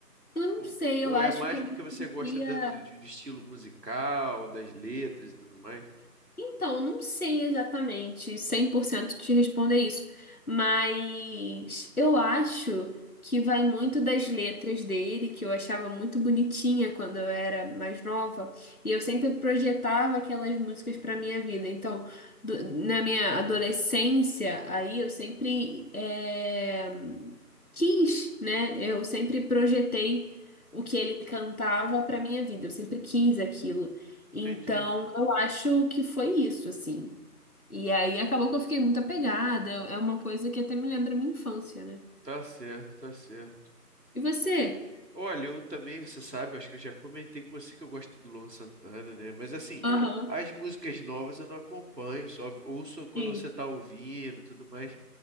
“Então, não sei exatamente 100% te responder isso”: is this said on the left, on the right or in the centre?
Left